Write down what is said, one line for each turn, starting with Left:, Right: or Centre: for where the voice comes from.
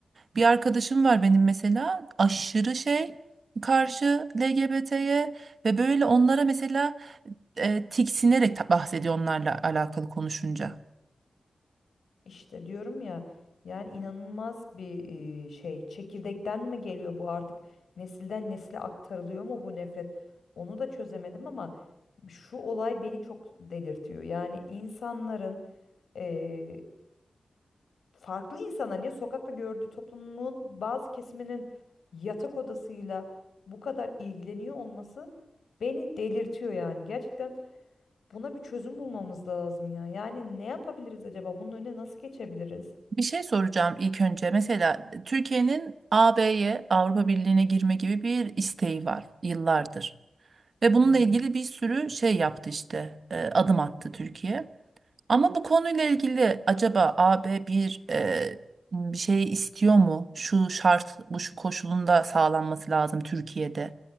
Right: Bir arkadaşım var benim mesela aşırı şey karşı LGBT'ye ve böyle onlara mesela e, tiksinerek ta- bahsediyor onlarla alakalı konuşunca.
Left: İşte diyorum ya yani inanılmaz bir e, şey çekirdekten mi geliyor bu artık nesilden nesile aktarılıyor mu bu nefret onu da çözemedim ama şu olay beni çok delirtiyor yani insanların e, farklı insanların ya sokakta gördüğü toplumun bazı kesiminin yatak odasıyla bu kadar ilgileniyor olması beni delirtiyor yani gerçekten buna bir çözüm bulmamız lazım ya yani ne yapabiliriz acaba bunun önüne nasıl geçebiliriz?
Right: Bir şey soracağım ilk önce. Mesela Türkiye'nin AB'ye Avrupa Birliği'ne girme gibi bir isteği var yıllardır. Ve bununla
Left: Hı hı.
Right: ilgili bir sürü şey yaptı işte, e, adım attı Türkiye. Ama bu konuyla ilgili acaba A B bir e, bir şey istiyor mu? Şu şart, bu şu koşulunda sağlanması lazım Türkiye'de